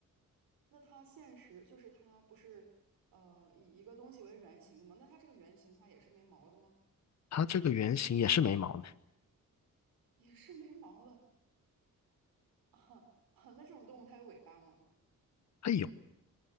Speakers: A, on the right; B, on the left.
A: 那它现实就是它不是呃以一个东西为原型的吗？那它这个原型的话也是没毛儿的吗？
B: 它这个原型也是没毛的，
A: 也是没毛儿的。<laughs> 哈啊，那这种动物它有尾巴吗？
B: 它有，